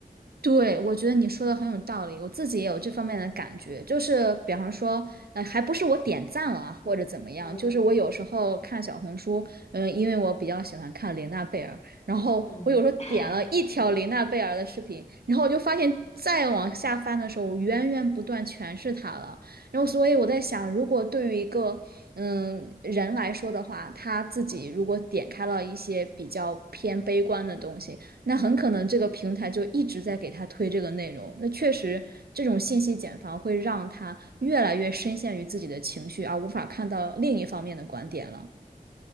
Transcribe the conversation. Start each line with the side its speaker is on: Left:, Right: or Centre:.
Right: 对，我觉得你说的很有道理，我自己也有这方面的感觉，就是比方说，呃，还不是我点赞了啊或者怎么样，
Left: 嗯
Right: 就是我有时候看小红书，嗯，因为我比较喜欢看琳娜贝尔，然后我有时候点了一条琳娜贝尔的视频，
Left: 嗯。<laughs>
Right: 然后我就发现再往下翻的时候，源源不断全是她了，然后所以我在想，如果对于一个嗯人来说的话，他自己如果点开了一些比较偏悲观的东西。那很可能这个平台就一直在给他推这个内容。那确实，这种信息茧房会让他越来越深陷于自己的情绪，而无法看到另一方面的观点了。